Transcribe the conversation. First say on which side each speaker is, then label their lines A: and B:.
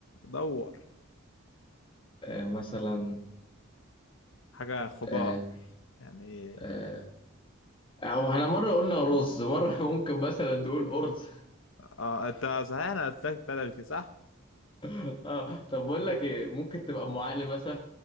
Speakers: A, on the left; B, on the left.
A: دور
B: آه، مثلا
A: حاجة خضار
B: آه، آه،
A: يعني
B: آه، او احنا مره قلنا رز مره <laughs> ممكن مثلا نقول ارز
A: اه انت صحيح انا قلت لك تلفي صح؟
B: <laughs> اه طب بقول لك ايه ممكن تبقى ام علي مثلا